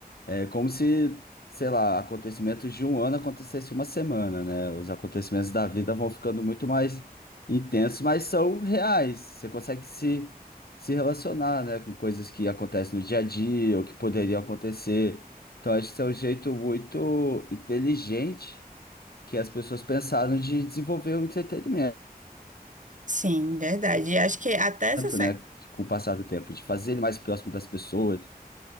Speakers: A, on the left; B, on the right.
A: É como se, sei lá, acontecimentos de um ano acontecesse uma semana, né? Os acontecimentos da vida vão ficando muito mais intensos, mas são reais. Você consegue se, se relacionar, né, com coisas que acontecem no dia a dia ou que poderiam acontecer. Então, acho que isso é um jeito muito inteligente que as pessoas pensaram de desenvolver o entretenimento,
B: Sim, verdade. E acho que até essa... se-
A: né? Com o passar do tempo, de fazer ele mais próximo das pessoas,